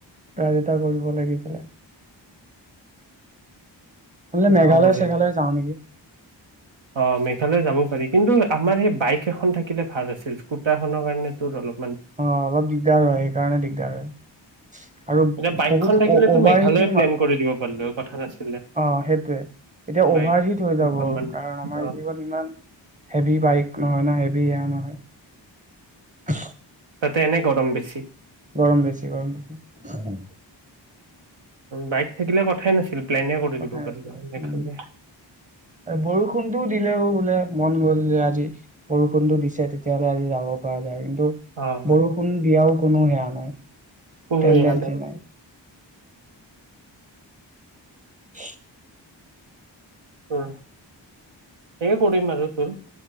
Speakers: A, on the right; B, on the right.
A: ৰাইড এটা কৰিব লাগিছিলে নহলে মেঘালয়
B: যাও পাৰি
A: চেঘালয় যাওঁ নেকি
B: অ মেঘালয় যাব পাৰি কিন্তু আমাৰ সেই বাইক এখন থাকিলে ভাল আছিল স্কুটাৰখনৰ কাৰণে তোৰ অলপ
A: অ অলপ দিগদাৰ হয় সেইকাৰণে দিগদাৰ হয় আৰু
B: এতিয়া বাইকখন
A: বহুত
B: থাকিলেতো
A: অভাৰ
B: মেঘালয়ে
A: হিটিং
B: প্লেন
A: অ সেইটোৱে
B: কৰি দিব পাৰিলো হয় কথা নাছিলে
A: এতিয়া
B: বাইক
A: অভাৰ হিট হৈ যাব
B: দুখনমান
A: কাৰণ আমাৰ
B: অ
A: এইকিখন ইমান হেভি বাইক নহয় ন হেভি এয়া নহয় <inaudible>
B: তাতে এনে গৰম বেছি
A: গৰম বেছি গৰম বেছি <inaudible>
B: বাইক থাকিলে কথাই নাছিল প্লেনে কৰি
A: কথাই
B: দিব পাৰিলো
A: নাছিলে
B: হয় মেঘালয়
A: উম আৰু বৰষুণটোও দিলেও বোলে মন গ'ল আজি বৰষুণটো দিছে তেতিয়াহ'লে আজি যাব পাৰ কিন্তু
B: অ হয়
A: বৰষুণ দিয়াও কোনো হেয়া নাই
B: কোনো
A: টেডেঞ্চি
B: এয়া
A: নাই <unintelligible>
B: তোৰ সেই কৰিম আৰু তোৰ